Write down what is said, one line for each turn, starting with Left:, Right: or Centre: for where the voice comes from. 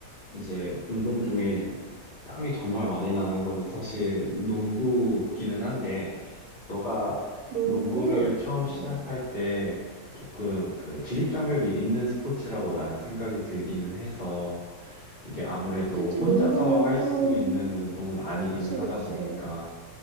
Left: 이제 운동 중에 땀이 정말 많이 나는 거는 사실 농구기는 한데, 너가
Right: 농구?
Left: 농구를 처음
Right: 어,
Left: 시작할 때 조금 그 진입장벽이 있는 스포츠라고 나는 생각이 들기는 해서, 이게 아무래도
Right: 그치,
Left: 혼자서
Right: 농구는
Left: 할
Right: 좀,
Left: 수 있는 운동은 아니기는
Right: 그치,
Left: 하다
Right: 그치.
Left: 보니까